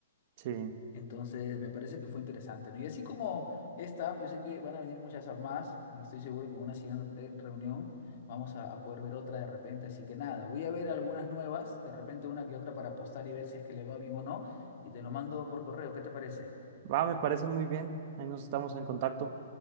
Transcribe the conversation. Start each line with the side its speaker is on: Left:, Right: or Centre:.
Right: Sí.
Left: Entonces, me parece que fue interesante, ¿no? Y así como esta app, yo sé que van a venir muchas apps más y estoy seguro que en una siguiente reunión vamos a, a poder ver otra de repente. Así que nada, voy a ver algunas nuevas, de repente una que otra para postar y ver si es que le va bien o no. Y te lo mando por correo, ¿qué te parece?
Right: Va, me parece muy bien. Ahí nos estamos en contacto.